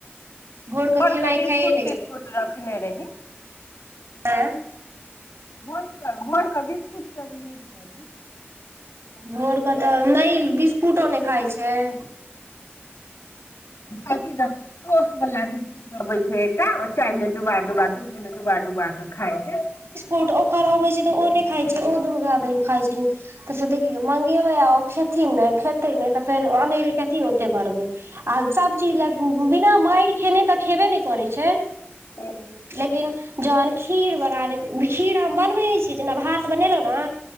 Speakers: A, on the right; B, on the left.
A: भोर के
B: भोरके
A: खेनाइ
B: बिस्कुट-तिस्कुट
A: खाइए
B: रखने रही।
A: एँ।
B: भोरके भोरके बिस्कुट सब यूज करहि।
A: भोरके तऽ नै बिस्कुटो नै खाइ छैय।
B: अथी त <unintelligible> बला बिस्कुट अबै छैय एकटा ओ चायमे डुबा-डुबा दूधमे डुबा- डुबाके खाय छैय।
A: ओट ओकर अबै छैय तऽ ओ नहि खाइ छैय ओ दुनू भाय बहिन खाइत छथिन। अच्छा देखी मंगेबै आ ओ खेथिन नहि खेतै नहि तऽ फेर अनेरे कथी ओते करबै। आ सभ चीज ल बिना मारि खेने तऽ खेबे नै करै छैय।
B: हुं।
A: लेकिन जखन खीर बना देब खीर हम बनबै नहि छी जेना भात बनेलहुँ ने